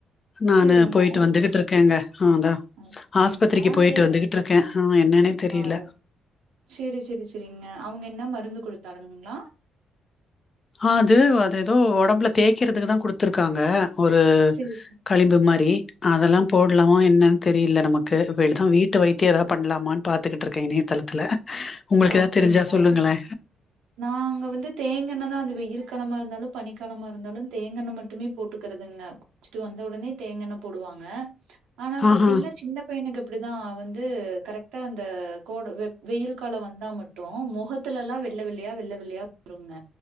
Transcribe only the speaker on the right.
செரிங்க
அப்டிங்களா
எ
ஆட செரி செரி செரிங்க அப் அவுங்க என்ன மருந்து கொடுத்தாலுங்களா
செரி
அப்பிடிங்களா
நாங்க வந்து தேங்கன்னதான் அது இப்போ இருக்காலமாக இருந்தாலு பனிக்காலமா இருந்தாலு தேங்கா எண்ணெ மட்டுமே போட்டுக்கறது இல்ல குளிச்சுட்டு வந்த உடனே தேங்க எண்ணெ போடுவாங்க ஆனா
பாத்தீங்கன்னா சின்ன பையனுக்கு அப்பிடிதான் வந்து கரெக்டா அந்த கோடு வெப் வெயில் வந்தா மட்டு முகத்து முகத்துல எல்லா வெள்ள வெள்ளயா வெள்ள வெள்ளயா வெள்ளையா வருங்க